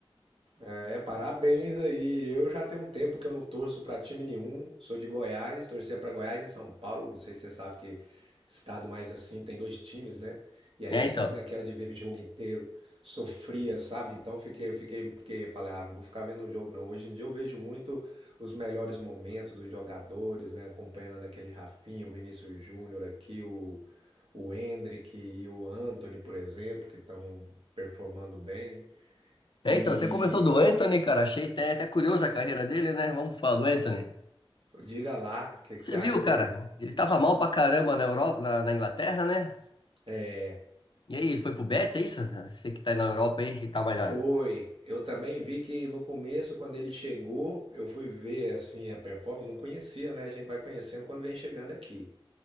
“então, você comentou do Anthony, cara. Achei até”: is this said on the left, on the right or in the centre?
Left